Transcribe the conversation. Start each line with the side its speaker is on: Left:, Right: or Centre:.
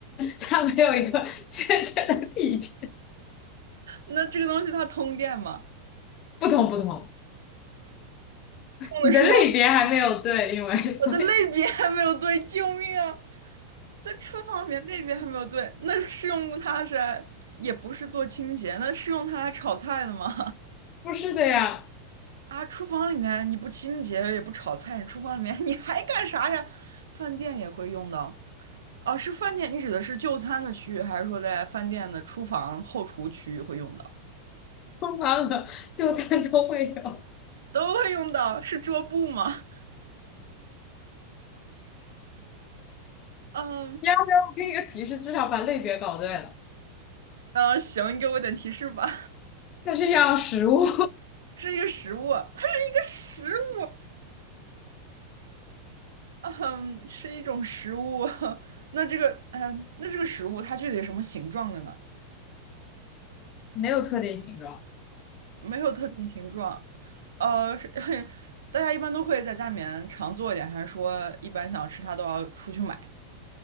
Left: 它没有一个确切的体积，
Right: 那这个东西它通电吗？
Left: 不同不同。
Right: 用的时候，
Left: 你的类别还没有对，因为所以
Right: 我的类别还没有对，救命啊！在厨房里面类别还没有对，那是用它是来，也不是做清洁，那是用它来炒菜的吗？
Left: 不是的呀，
Right: 啊，厨房里面你不清洁也不炒菜，你厨房里面 <laughs> 你还干啥呀？饭店也会用到。哦，是饭店，你指的是就餐的区域，还是说在饭店的厨房后厨区域会用到？
Left: 通常的就餐都会有。
Right: 都会用到，是桌布吗？嗯，
Left: 你要不要我给你个提示，至少把类别搞对了？
Right: 嗯，行，你给我点提示吧。
Left: 它是一样食物，
Right: <laughs> 是一个食物，它是一个食物，嗯，是一种食物。<laughs> 那这个，嗯，那这个食物它具体是什么形状的呢？
Left: 没有特定形状。
Right: 没有特定形状，呃，是 <laughs> 大家一般都会在家里面常做一点，还是说一般想要吃它都要出去买？